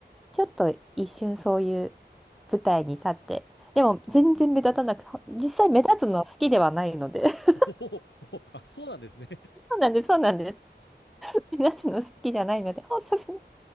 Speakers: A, in the centre; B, on the left (about 80°).
A: ちょっと一瞬そういう舞台に立って、でも全然目立たなくて、実際目立つのは好きではないので。<laughs> そ
B: おお、おおあ、そうなんですね。
A: うなんです、そうなんです。目立つの好きじゃないので、ほんその